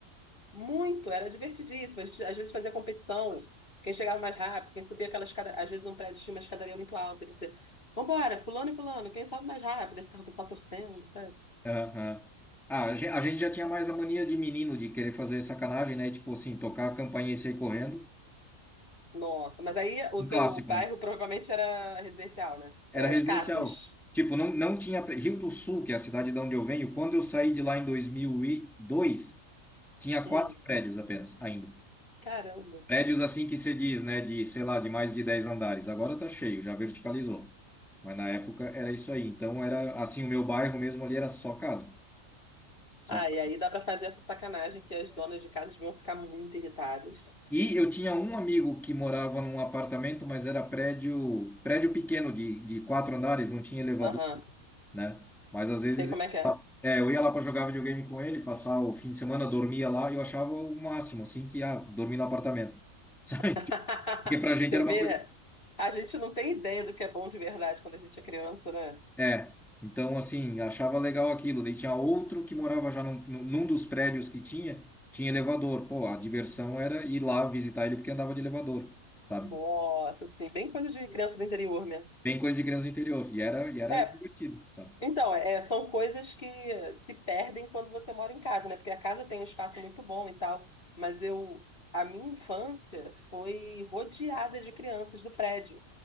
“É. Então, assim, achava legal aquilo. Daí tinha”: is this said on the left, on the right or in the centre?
Centre